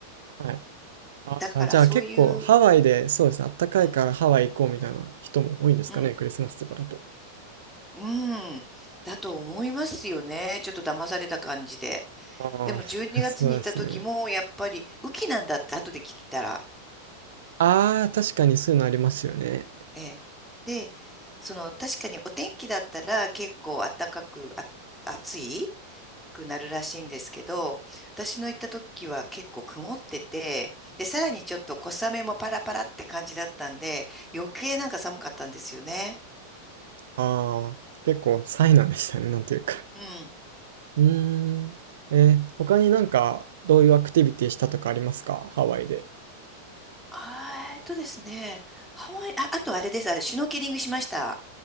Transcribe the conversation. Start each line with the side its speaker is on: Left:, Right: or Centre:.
Right: ーはい。ああ、
Centre: だから、
Right: じゃあ結構ハワイで、
Centre: そういう、
Right: そうですね、あったかいからハワイ行こうみたいな人も多いんですかね、
Centre: うん、うん、
Right: クリスマスとかだと。
Centre: うん、だと思いますよね。ちょっと騙された感じで。
Right: ああ、
Centre: でも、12月にがつに行った時も、
Right: <laughs> そうですね。
Centre: やっぱり、雨季なんだって、後で聞いたら、
Right: ああ、確かにそういうのありますよね。
Centre: ええで、その確かにお天気だったら結構暖かくあ暑いくなるらしいんですけど、私の行った時は結構曇ってて、で、さらにちょっと小雨もパラパラって感じだったんで、余計なんか寒かったんですよね。
Right: ああ、結構災難でしたね、なんというか。
Centre: うん。
Right: うーん。えー他になんか、どういうアクティビティしたとかありますかハワイで。
Centre: あーえっとですね、ハワイ、あ、あとあれです、あれ、シュノーケリングしました。